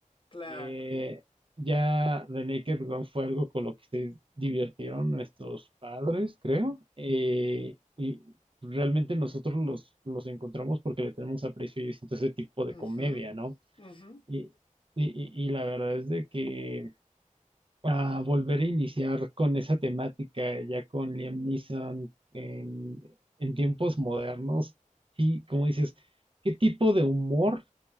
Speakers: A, on the left; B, on the right.
A: Claro.
B: Eh, ya The Naked Gun fue algo con lo que se divirtieron nuestros padres, creo. eh, y realmente nosotros los, los encontramos porque le tenemos aprecio y distinto a ese tipo de
A: Ujú,
B: comedia, ¿no?
A: ujú.
B: Y, y, y y la verdad es de que a volver a iniciar con esa temática ya con Liam Neeson en, en tiempos modernos. Y como dices, ¿qué tipo de humor